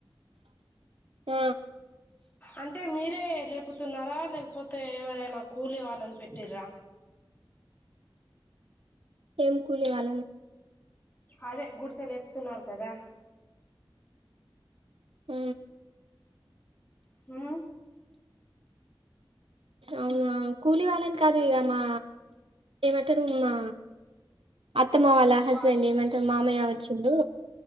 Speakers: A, on the right; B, on the left.
A: ఉ
B: అంటే మీరే లేపోతున్నారా లేకపోతే ఎవరైనా కూలీ వాళ్ళని పెట్టిరా
A: ఏం కూలీ వాళ్ళనే
B: అదే గుడిసె లేపుతున్నారు కదా
A: ఉ
B: ఉ
A: అవునా కూలీ వాళ్ళని కాదు ఇగా మా ఏమంటారు మా అత్తమ్మ వాళ్ళ
B: మీ
A: హస్బెండ్
B: ఫాదర్
A: ఏమంటరు మామయ్య వచ్చిండు